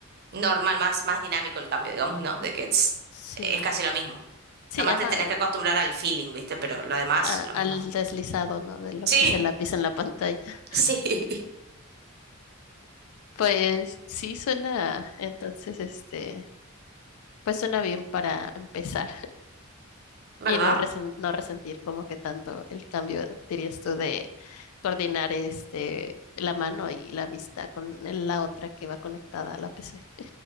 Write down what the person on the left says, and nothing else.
Sí.
Sí,
ajá.
a-
al deslizado, ¿no? De lo
que es el lápiz en la pantalla.
Pues sí suena, entonces este, pues suena bien para empezar
y no resen- no resentir como que tanto el cambio, dirías tú, de coordinar este la mano y la vista con el- la otra que va conectada a la PC.